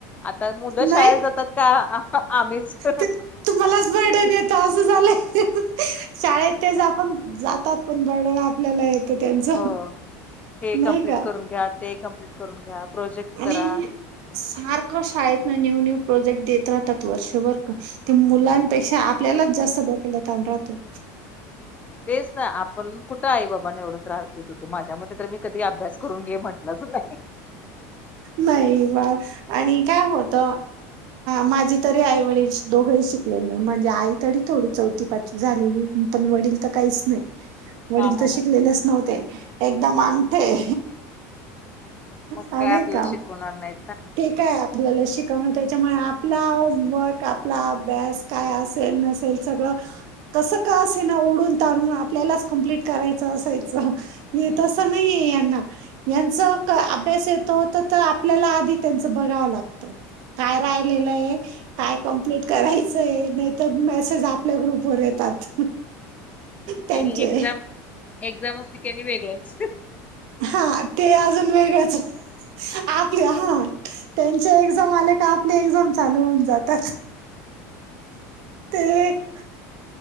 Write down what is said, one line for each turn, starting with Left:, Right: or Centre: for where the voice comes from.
Left: आत्ता मुल
Right: नाही
Left: शाळेत जातात. का आम्हीच तर
Right: ते तुम्हालाच बर्डन येत असं झालंय. शाळेत तेच आपण जातात पण बर्डन आपल्याला येत. त्यांच
Left: हो हे
Right: नाही
Left: कम्प्लीट
Right: का?
Left: करून घ्या ते कम्प्लीट करून घ्या प्रोजेक्ट
Right: आणि
Left: करा
Right: सारखं शाळेत न्यू न्यू. प्रोजेक्ट देत राहतात वर्षभर मुलांपेक्षा
Left: हम्म.
Right: आपल्याला जास्त डोक्याला ताण राहतो.
Left: तेच ना आपण कुठं आई बाबाना एवढा त्रास देत होतो. माझ्या मध्ये तर मी कधी अभ्यास करून घे म्हटलंच नाही.
Right: नाही बा आणि काय होत माझी तरी आई वडील दोघंही शिकलेलं म्हणजे आई तरी थोडी चौथी पाचवी झालेली. पण वडील तर काहीच नाही. वडील
Left: हा
Right: तर
Left: हा
Right: शिकलेलेच
Left: हा
Right: नव्हते एकदम
Left: हा.
Right: अंगठे
Left: मग
Right: आणि
Left: काय आपल्याला
Right: का
Left: शिकवणार नाही.
Right: ते काय आपल्याला शिकवण त्याच्यामुळे आपला वर्क. आपला अभ्यास काय असेल नसेल सगळ कस का असे ना ओढून ताडून आपल्याला कम्प्लिट करायचा असायचं.
Left: हम्म.
Right: तस नाही यांना यांच अभ्यास येतो आपल्याला आधी. त्यांच बगाव लागत काय राहिलेल आहे काय कम्प्लिट करायचय. तर मेसेज आपल्या ग्रुपवर येतात. त्यांचे
Left: आणि एक्झाम एक्झामच असली की ती आणि वेगळच.
Right: हा ते अजून वेगळंच आपले हा. त्यांचे एक्झाम आले का आपली एक्झाम चालू होऊन जात. ते एक.